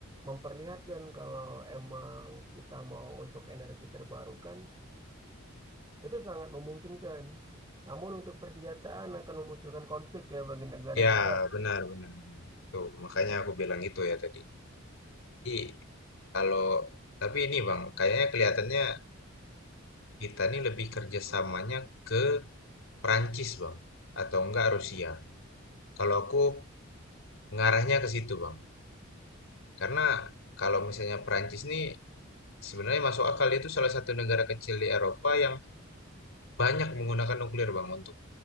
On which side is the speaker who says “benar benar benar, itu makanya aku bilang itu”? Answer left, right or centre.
Left